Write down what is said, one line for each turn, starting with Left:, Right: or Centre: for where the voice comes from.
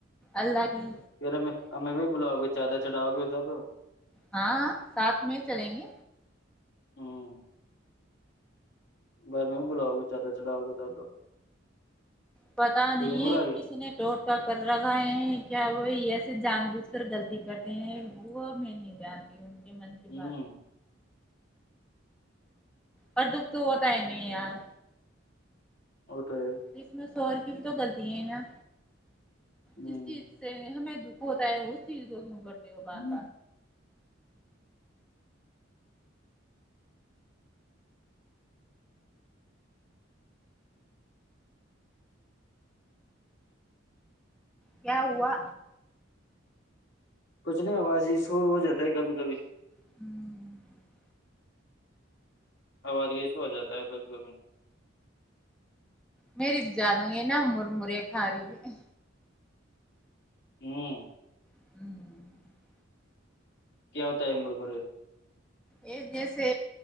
Centre: اللہ گی
Left: پھر ہمیں ہمیں بھی بلاؤ گی چادر چڑاؤ گی جب
Centre: ہاں ساتھ میں چلیں گے
Left: ہوں میں بھی بلاؤ گی چادر چڑھاؤ گی تب
Centre: پتا
Left: یہ
Centre: نہیں
Left: بلاؤ
Centre: ہے
Left: گے
Centre: کسی نے کر رگا ہے کیا وہ ایسے جان بوجھ کر غلطی کرتے ہیں وہ میں نہیں جانتی ہو ان کے من کی
Left: ہوں
Centre: بات اور دکھ تو ہوتا ہی نہیں یار
Left: ہوتا ہے
Centre: تو اس میں شوہر کی بھی تو غلطی ہیں نا
Left: ہے
Centre: جس چیز سے ہمیں دکھ ہوتا ہے اس چیز کو کیوں کرتے ہو بار
Left: ہ
Centre: بار کیا ہوا
Left: کچھ نہیں آواز اس میں وہ جاتا ہے کبھی کبھی
Centre: ہوں
Left: آواز کیسو آ جاتا ہے کبھی کبھی
Centre: میری جانو ہے نہ مر مرے کھا رہی ہے
Left: ہوں
Centre: ہوں
Left: کیا ہوتا ہے مر مرے
Centre: یہ جیسے